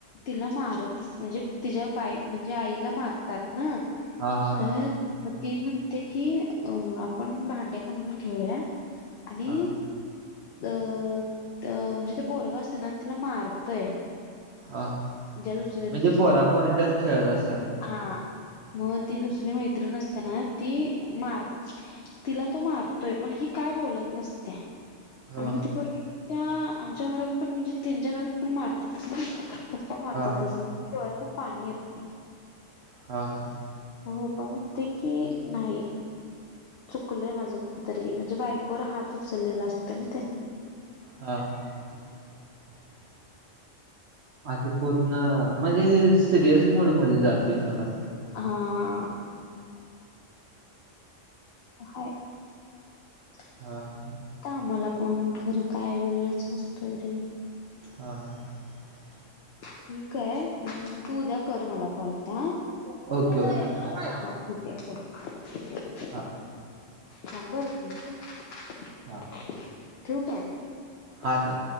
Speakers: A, on the left; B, on the right.
A: तिला मारत म्हणजे तिच्या बा म्हणजे आईला मार तात ना,
B: हा हा
A: तर मग ती म्हणते की अ आपण भांडे्या को खेळुया आणि
B: हा
A: अ त म्हणजे ते पोरगं असते ना तिला मारतय.
B: अ हा
A: ज्या दुसऱ्या
B: म्हणजे
A: तिच्या
B: पोरा-पोरांतच खेळत असतात ते.
A: हा मग ती दुसरी मैत्रीण असताना ती मार तिला तो मार तोय पण ही काय बोलत नसत्या
B: हा
A: आणि म
B: हा
A: ती पोरगी त्या आमच्या घरात पण म्हणजे त्यांच्या घरात पण मारतातच ना पप्पा मारतातच
B: हा
A: मग. डोळ्यात ना पाणी येत नाही.
B: <inaudible> हा हां.
A: मग पप्पा म्हणते की नाही <inaudible> चुकलय माझं तरी म्हणजे बायकोवर हात उचललेला असत ना त्यांनी.
B: हां. <inaudible> आ ते पूर्ण म्हणजे हे सिरियस मोड मध्ये जाते थोडा.
A: हां. हो हाय. <inaudible>
B: हां.
A: ता आम्हाला पण खरं काय वेळच नसतोय रे.
B: हां हा. <inaudible>
A: ठीक हाय म तू उद्या कर मला कॉल आता हां.
B: बर. Okay okay. <unintelligible>
A: हा ठीक आहे चल.
B: हा
A: थांब ह एक मिनिट,
B: हा
A: <inaudible> ठेवू काय?
B: हा ठेव
A: <inaudible>